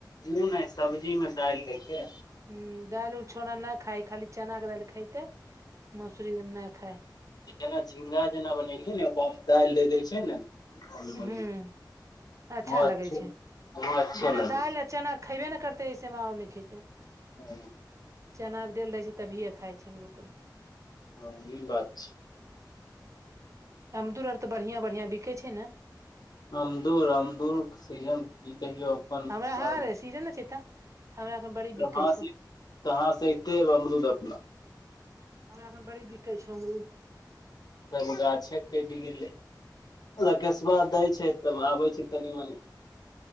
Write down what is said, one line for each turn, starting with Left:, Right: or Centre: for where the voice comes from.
Left: ऊ नहि सब्जीमे दाइल दैके
Right: ह दाइल उल छोड़ा नहि खाय खाली चना के दाइल खैते मोसरी नहि खाय
Left: जेना झिंगा जेना बनेलियै ने ओकम दाइल द दै छै ने कनी मनी
Right: हूं अच्छा
Left: ओ अच्छे
Right: लगै छै
Left: ओहो अच्छे
Right: बिना
Left: लगै
Right: दाइल चना खयबे ने करतै ऐसे में और नहि खैते
Left: हु
Right: चना आर‌ देल रहै छै तभियै खाइ छै हमरो
Left: हँ ई बात छै।
Right: अमदुर अब तऽ बढ़िआं बढ़िआँ बिकै छै ने।
Left: अमदुर अमदुरके सीजन की कहियौ अपन
Right: हमरा
Left: सब
Right: यहाँ रे सीजन नहि छैय तऽ हमरा एखन बड़ी
Left: कहाँ
Right: बिकै छौ
Left: से कहाँ से एते अमरूद अपना
Right: हमराखन बड़ी बिकै छौ हमरूद
Left: तब गाछै कटि गेलै रकेशबा दै छै तब आबैत छै तनी-मनि